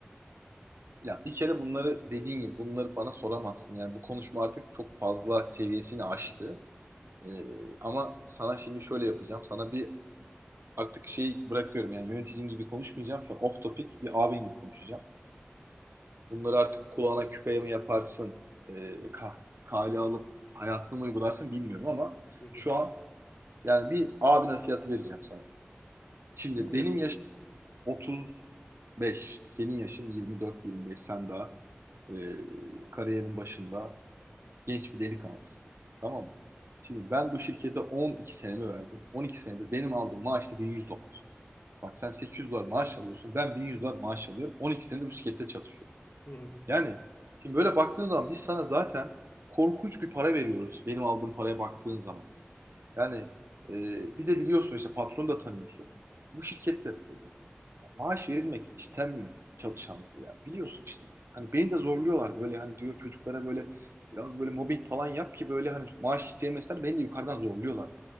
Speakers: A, on the right; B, on the left.
A: Ya bir kere bunları dediğin gibi bunları bana soramazsın. Yani bu konuşma artık çok fazla seviyesini aştı. Ee, ama sana şimdi şöyle yapacağım. Sana bir artık şey bırakıyorum yani yöneticin gibi konuşmayacağım. Şu an off topic bir abin gibi konuşacağım. Bunları artık kulağına küpeye mi yaparsın? E, kah kale alıp hayatına mı uygularsın bilmiyorum ama
B: Hı hı.
A: şu an yani bir abi nasihatı vereceğim sana. Şimdi
B: Dinliyorum.
A: benim yaşım 35. Senin yaşın 24-25. Sen daha e, kariyerin başında Genç bir delikanlısın. Tamam mı? Şimdi ben bu şirkete 12 senemi verdim. 12 senedir benim aldığım maaş da 1100 dolar. Bak sen 800 dolar maaş alıyorsun. Ben 1100 dolar maaş alıyorum. 12 senedir bu şirkette çalışıyorum.
B: Hı hı.
A: Yani şimdi böyle baktığın zaman biz sana zaten korkunç bir para veriyoruz. Benim aldığım paraya baktığın zaman. Yani e, bir de biliyorsun işte patronu da tanıyorsun. Bu şirkette maaş verilmek istenmiyor çalışanlara yani. Biliyorsun işte. Ya. Hani beni de zorluyorlar böyle hani diyor çocuklara böyle biraz böyle mobbing falan yap ki böyle hani maaş isteyemezler beni de yukarıdan zorluyorlar yani.